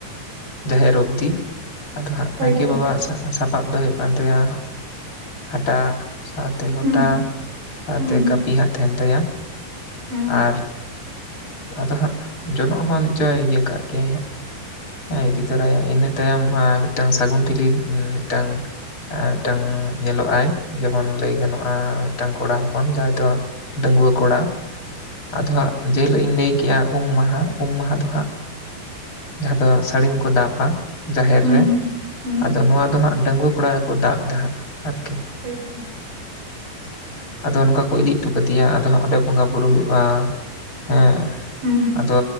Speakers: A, on the left; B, on the right.
A: ᱡᱟᱦᱮᱨ ᱚᱵᱽᱫᱤ ᱟᱫᱚ ᱦᱟᱸᱜ
B: ᱦᱳᱭᱛᱚ
A: ᱱᱟᱭᱠᱤ ᱵᱟᱵᱟ ᱥᱟᱸ ᱥᱟᱯᱟᱵ ᱫᱚ ᱦᱩᱭᱩᱜ ᱠᱟᱱ ᱛᱟᱭᱟ ᱦᱟᱴᱟᱜ ᱥᱟᱶᱛᱮ ᱞᱚᱴᱟ
B: ᱦᱩᱸ
A: ᱥᱟᱶᱛᱮ
B: ᱦᱩᱸ ᱦᱩᱸ
A: ᱠᱟᱹᱯᱤ ᱦᱟᱸᱜ ᱛᱟᱦᱮᱱ ᱛᱟᱭᱟ
B: ᱦᱩᱸ
A: ᱟᱨ ᱟᱫᱚ ᱦᱟᱸᱜ ᱡᱚᱱᱚᱜ ᱦᱚᱸ ᱱᱤᱪ ᱪᱚᱭ ᱤᱭᱟᱹ ᱠᱟᱜ ᱜᱮᱭᱟᱭ ᱦᱟᱸᱜ ᱦᱮᱸ ᱤᱫᱤ ᱛᱚᱨᱟᱭᱟᱭ ᱤᱱᱟᱹ ᱛᱟᱭᱚᱢ ᱢᱤᱫᱴᱟᱝ ᱥᱟᱹᱜᱩᱱ ᱴᱷᱤᱞᱤ ᱢᱤᱫᱴᱟᱝ ᱟᱨ ᱢᱤᱫᱴᱟᱝ ᱧᱮᱞᱚᱜ ᱟᱭ ᱡᱮᱢᱚᱱ ᱞᱟᱹᱭ ᱜᱟᱱᱚᱜ-ᱟ ᱢᱤᱫᱴᱟᱝ ᱠᱚᱲᱟ ᱦᱚᱯᱚᱱ ᱡᱟᱦᱟᱸᱭ ᱫᱚ ᱰᱟᱺᱜᱩᱣᱟᱹ ᱠᱚᱲᱟ ᱟᱫᱚ ᱦᱟᱸᱜ ᱡᱮᱦᱤᱞᱚᱜ ᱤᱧ ᱞᱟᱹᱭ ᱠᱮᱜ-ᱟ ᱩᱢ ᱢᱟᱦᱟ ᱩᱢ ᱢᱟᱦᱟ ᱫᱚ ᱦᱟᱸᱜ ᱡᱟᱦᱟᱸ ᱫᱚ ᱥᱟᱹᱲᱤᱢ ᱠᱚ ᱫᱟᱵᱟ ᱡᱟᱦᱮᱨ
B: ᱦᱩᱸ
A: ᱨᱮ
B: ᱦᱩᱸ
A: ᱟᱫᱚ ᱱᱚᱣᱟ ᱫᱚ ᱦᱟᱸᱜ ᱰᱟᱺᱜᱩᱣᱟᱹ ᱠᱚᱲᱟ ᱜᱮᱠᱚ ᱫᱟᱵ ᱮᱫᱟ ᱦᱟᱸᱜ ᱟᱨᱠᱤ
B: ᱦᱳᱭ ᱛᱚ
A: <inaudible> ᱟᱫᱚ ᱱᱚᱝᱠᱟ ᱠᱩ ᱤᱫᱤ ᱩᱴᱩ ᱠᱟᱹᱫᱤᱭᱟ ᱟᱫᱚ ᱦᱟᱸᱜ ᱚᱸᱰᱮ ᱵᱚᱸᱜᱟ ᱵᱩᱨᱩ ᱦᱩᱭᱩᱜ-ᱟ ᱦᱮᱸ
B: ᱦᱩᱸ
A: ᱟᱫᱚ